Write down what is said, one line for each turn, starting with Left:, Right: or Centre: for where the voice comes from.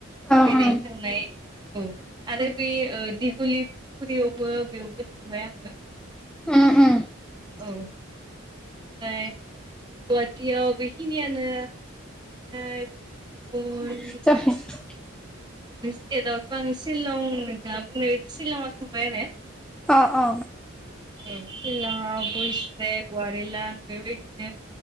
Centre: औ उम
Right: बेरैनो थांनाय औ आरो बे घुलि फुखुरियावबो बेयावबो थांबाय आङो।
Centre: ओ ओ
Right: औ ओमफ्राय गुवाहाटियाव बेखिनियानो <unintelligible> गुबुन
Centre: <unintelligible>
Right: बे स्टेटआवथ' आङो शिलं दा बुंनाय बायदि शिलंआव थांबाय आरो
Centre: अ अ
Right: औ सिलङाव बइस्रेक वारिलां बेबायदिनो